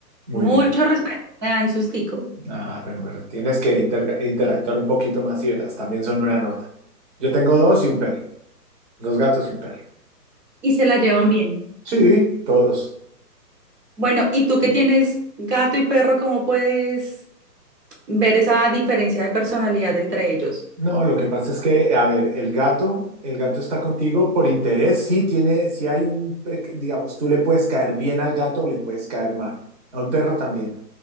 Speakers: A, on the right; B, on the right.
A: Muy
B: Mucho
A: bien.
B: respeto. Me dan sustico.
A: Ah, bueno, pero tienes que inter- interactuar un poquito más y verás, también son una nota. Yo tengo dos y un perro, dos gatos y un perro.
B: y se la llevan bien.
A: Sí, todos.
B: Bueno, ¿y tú que tienes gato y perro, cómo puedes ver esa diferencia de personalidad entre ellos?
A: No, lo que pasa es que, a ver, el gato, el gato está contigo por interés, sí tiene, sí hay un, pe- digamos, tú le puedes caer bien al gato o le puedes caer mal, a un perro también,